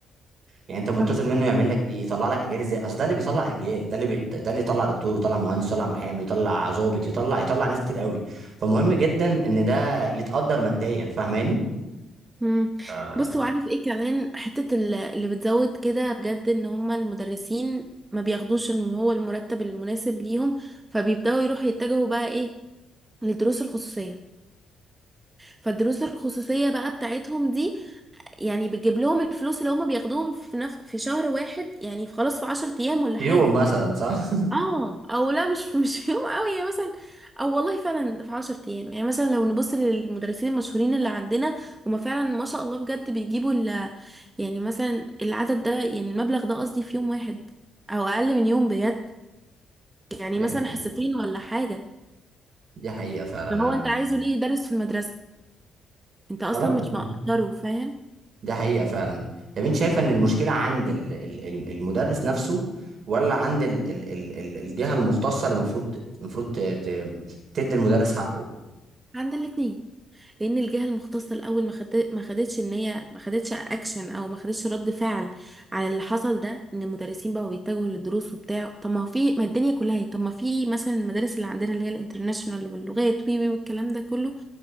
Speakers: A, on the right (about 55°); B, on the right (about 15°).
A: يعني انت منتظر
B: صح
A: منه يعمل لك ايه يطلع لك اجيال ازاي اصل ده اللي بيطلع اجيال ده اللي بي... ده اللي يطلع دكتور يطلع مهندس يطلع محامي يطلع ضابط يطلع يطلع ناس كتير قوي فمهم جدا ان ده يتقدر ماديا فاهماني
B: مم.
A: آه،
B: بص وعارف ايه كمان حتة ال- اللي بتزود كده بجد ان هما المدرسين ما بياخدوش الم- هو المرتب المناسب ليهم فبيبدأوا يروحوا يتجهوا بقى ايه للدروس الخصوصية فالدروس الخصوصية بقى بتاعتهم دي يعني بتجيب لهم الفلوس اللي هما بياخدوهم في نف... في شهر واحد يعني في خلاص في عشر ايام ولا
A: في
B: حاجة
A: يوم مثلا صح
B: اه او لا مش <laughs> مش في يوم قوي يعني مثلا او والله فعلا في عشر ايام يعني مثلا لو نبص للمدرسين المشهورين اللي عندنا هما فعلا ما شاء الله بجد بيجيبوا ال... يعني مثلا العدد ده يعني المبلغ ده قصدي في يوم واحد او اقل من يوم بجد يعني
A: <laughs> دي
B: مثلا
A: حقيقة
B: حصتين ولا حاجة
A: دي حقيقة فعلا
B: فهو
A: انا
B: انت عايزه ليه يدرس في المدرسة انت اصلا
A: خلاص
B: مش
A: آه.
B: مقدره فاهم
A: دي حقيقة فعلا طب انت شايفة ان المشكلة عند ال... ال... ال- المدرس نفسه ولا عند ال... ال... ال... ال- الجهة المختصة اللي المفروض المفروض ت... ت... تدي المدرس حقه
B: عند الاتنين لان الجهه المختصه الاول ما خدت- ما خدتش ان هي ما خدتش اكشن او ما خدتش رد فعل على اللي حصل ده ان المدرسين بقوا بيتجهوا للدروس وبتاع طب ما هو في ما الدنيا كلها هي طب ما في مثلا المدارس اللي عندنا اللي هي الانترناشونال واللغات وي وي والكلام ده كله